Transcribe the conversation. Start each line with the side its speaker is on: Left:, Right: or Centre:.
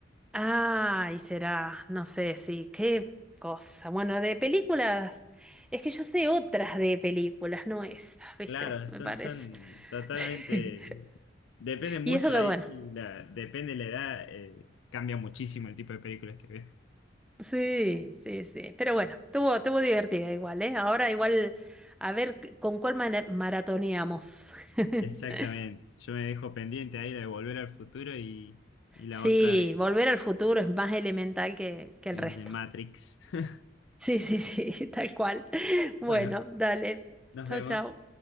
Centre: Ay, será, no sé, sí, qué cosa. Bueno, de películas, es que yo sé otras de películas, no esas, ¿viste?
Left: Claro,
Centre: Me
Left: son,
Centre: parece.
Left: son totalmente.
Centre: <laughs>
Left: Depende mucho
Centre: Y eso que
Left: ahí,
Centre: bueno,
Left: sí, la, depende la edad, eh, cambia muchísimo el tipo de películas que ves.
Centre: Sí, sí, sí. Pero bueno, tuvo, tuvo divertida igual, ¿eh? Ahora igual, a ver c- con cuál mara- maratoneamos. <laughs>
Left: Exactamente. Yo me dejo pendiente ahí la de Volver al Futuro y, y la
Centre: Sí,
Left: otra de
Centre: Volver al Futuro es más elemental que, que
Left: y
Centre: el
Left: las
Centre: resto.
Left: de Matrix. <laughs>
Centre: Sí, sí, sí, <laughs> tal cual. Bueno,
Left: Bueno,
Centre: dale.
Left: nos
Centre: Chau,
Left: vemos.
Centre: chau.